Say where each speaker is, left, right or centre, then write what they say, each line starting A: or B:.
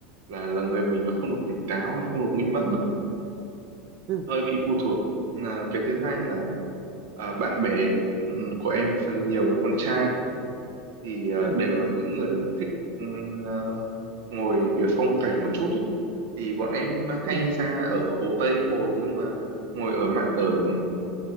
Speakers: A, on the right; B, on the right.
A: là là người mình nó không được tỉnh táo nó không được minh mẫn á,
B: ừ
A: hơi bị phụ thuộc là cái thứ hai là à, bạn bè ừ, ừ, của em phần nhiều là con trai thì ờ,
B: ừ
A: đều là những người thích ừ, ờ, ngồi kiểu phong cảnh một chút ấy thì bọn em hay
B: ừ
A: ra ở Hồ Tây ngồi nhưng mà ngồi ở mạn ở ừ,